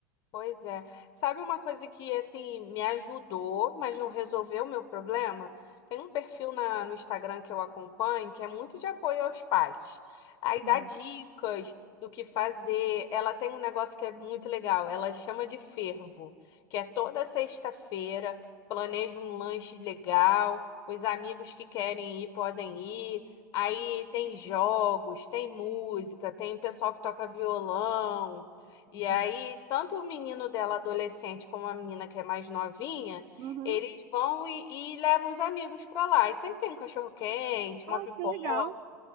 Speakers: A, on the left (about 40°); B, on the right (about 45°).
A: Pois é. Sabe uma coisa que assim me ajudou, mas não resolveu o meu problema? Tem um perfil na, no Instagram que eu acompanho que é muito de apoio aos pais. Aí
B: Sim,
A: dá dicas do que fazer. Ela tem um negócio que é muito legal, ela chama de fervo, que é toda sexta-feira, planeja um lanche legal, os amigos que querem ir podem ir. Aí tem jogos, tem música, tem o pessoal que toca violão. E aí,
B: sim.
A: tanto o menino dela adolescente como a menina que é mais novinha,
B: Uhum.
A: eles vão e, e levam os amigos pra lá. E sempre tem um cachorro-quente,
B: Ah,
A: uma pipoca.
B: que legal.